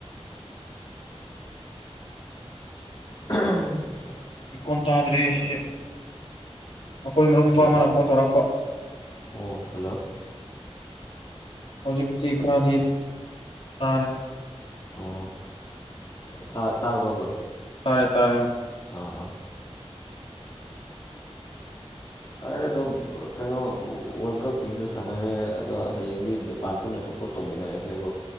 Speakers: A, on the left (about 40°); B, on the left (about 60°).
A: <unintelligible>
B: ꯀꯣꯟ ꯇꯥꯗ꯭ꯔꯦ
A: ꯑꯩ
B: ꯁꯤꯁꯦ ꯃꯈꯣꯏ ꯃꯔꯨꯞ ꯃꯄꯥ
A: ꯍꯜꯂꯣ
B: ꯑꯃꯅ ꯀꯣꯜ ꯇꯧꯔꯛꯄ
A: ꯑꯣ ꯍꯜꯂꯣ
B: ꯍꯧꯖꯤꯛꯇꯤ ꯈꯔꯗꯤ ꯇꯥꯔꯦ
A: ꯑꯣ ꯇꯥꯔ ꯇꯥꯔꯕꯕ꯭ꯔꯣ
B: ꯇꯥꯔꯦ ꯇꯥꯔꯦ
A: ꯑꯥ ꯑꯥ ꯑꯦ ꯑꯗꯨꯝ ꯀꯩꯅꯣ ꯋꯥꯔꯜ ꯀꯞꯀꯤꯁꯨ ꯁꯥꯟꯅꯔꯦ ꯑꯗꯣ ꯍꯌꯦꯡꯗꯤ ꯖꯄꯥꯟ ꯄꯨꯟꯅ ꯁꯞꯄꯣꯔꯠ ꯇꯧꯃꯤꯟꯅꯔꯁꯦꯕ꯭ꯔꯣ